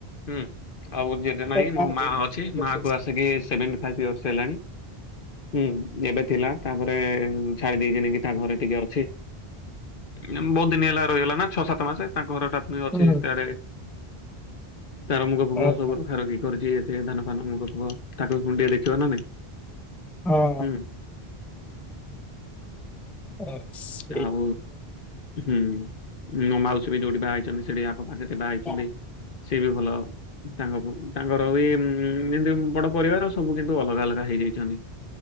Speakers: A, on the left; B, in the centre.
A: ହୁଁ ଆଉ ଜେଜ ନାଇଁ ମୋ
B: ନାହାନ୍ତି
A: ମା ଅଛି
B: ମୁଁ ଦେଖିଛି।
A: ମା କୁ ଆସ ସିକି ସେଭେଣ୍ଟି ଫାଇପ ଇୟର୍ସ ହେଲାଣି ହୁ ଏବେ। ଥିଲା ତାପରେ ଛାଡି ଦେଇଛି ନେଇ କିି ତା ଘରେ ଟିକେ ଅଛି। ବହୁତ ଦିନ ହେଲା ରହିଗଲା ନା ଛଅ ସାତ ମାସେ ତାଙ୍କ ଘରଟା ଅଛି
B: ହୁଁ ହୁଁ
A: ସାଡେ ତାର ମୁଗ ଫୁଗ
B: ଓହୋ
A: ସବୁ ରଖା ରଖି କରିଛି ସେ ଧାନ ଫାନ ମୁଗ ଫୁଗ ତାକୁ ବି ଖୁଣ୍ଡଡି ଦେଖିବା ନା ନାଇଁ
B: ହଁ
A: ହୁଁ
B: ହ <unintelligible>
A: ଆଉ ହୁଁ ମୋ ମାଉସୀ ବି ଯୋଉଠି ବାହା ହେଇଛନ୍ତି ସେଠି ଆଖପାଖରେ ସେ ବା ହେଇଛନ୍ତି
B: ଆଉ।
A: ସେ ବି ଭଲ ତାଙ୍କ ତାଙ୍କର ବି ଉଁ ଏମିତି ବଡ ପରିବାର ସବୁ କିନ୍ତୁ ଅଲଗା ଅଲଗା ହେଇଯାଇଛନ୍ତି।